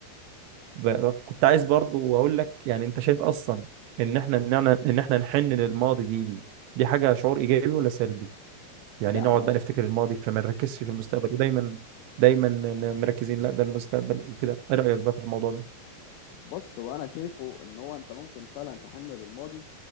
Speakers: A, on the right (about 80°); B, on the left (about 80°).
A: ب- كنت عايز برضو اقول لك يعني انت شايف اصلا ان احنا ان احنا ان احنا نحن للماضي دي دي دي حاجه شعور ايجابي ولا سلبي يعني
B: لا
A: نقعد
B: هو
A: بقى نفتكر الماضي فما نركزش في المستقبل ودايما دايما ن- مركزين لا ده المستقبل وكده ايه رايك بقى في الموضوع ده
B: بص هو انا شايفه ان هو انت ممكن فعلا تحن للماضي